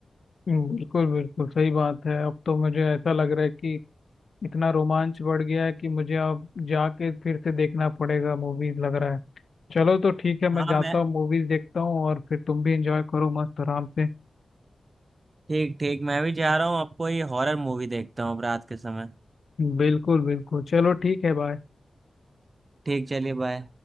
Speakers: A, on the left; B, on the right.
A: बिल्कुल बिल्कुल सही बात है अब तो मुझे ऐसा लग रहा है कि इतना रोमांच बढ़ गया है कि मुझे अब जाके फिर से देखना पड़ेगा मूवीज लग रहा है चलो तो ठीक है
B: हाँ
A: मैं जाता
B: मैं
A: हूँ मूवीज देखता हूँ और फिर तुम भी एंजॉय करो मस्त आराम से
B: ठीक ठीक मैं भी जा रहा हूँ अब कोई हॉरर मूवी देखता हूँ अब रात के समय
A: बिल्कुल बिल्कुल चलो ठीक है बाय
B: ठीक चलिए बाय